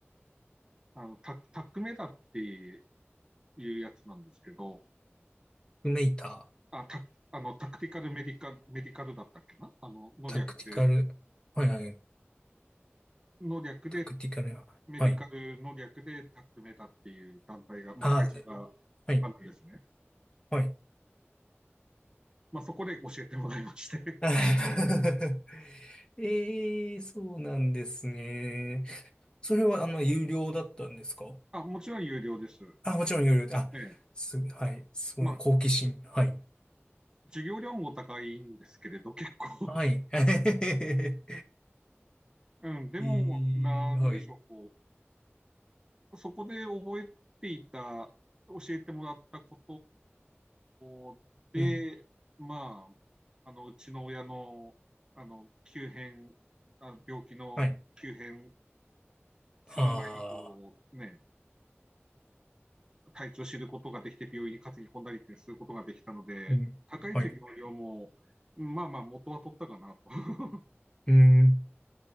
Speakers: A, on the right (about 20°); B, on the left (about 20°).
A: あの、タ、タックメダっていうやつなんですけど、
B: クメイター、
A: あ、タ、あの、タクティカルメディカ、メディカルだったっけなあの、の略で、
B: タクティカル、はいはい、
A: の略で、
B: タクティカル、
A: メディカルの略でタックメダっていう団体が、
B: はい。
A: まあ、
B: あ、
A: 会社が
B: はい、
A: あるんですね。
B: はい。
A: まあ、そこで教えてもらいまして
B: <laughs> ええそうなんですね。それは、あの、有料だったんですか
A: あ、もちろん有料です。
B: あ、もちろん有料で、あ、
A: ええ。
B: す、はい、すごい、
A: まあ、
B: 好奇心。はい。
A: 授業料もお高いんですけれど、結構
B: はい。<laughs> え
A: <laughs> うん、でも、
B: いはい。
A: なんでしょう、こう、そこで覚えていた、教えてもらったことで、
B: うん。
A: まあ、あの、うちの親の、あの、急変、あ、病気の急変
B: はい。
A: する前に、
B: ああ、
A: こう、ね、体調を知ることができて、病院に担ぎ込んだりってすることができたので、
B: うん。
A: 高い授業料も、
B: はい。
A: まあまあ、元は取ったかなと。<laughs>
B: うん。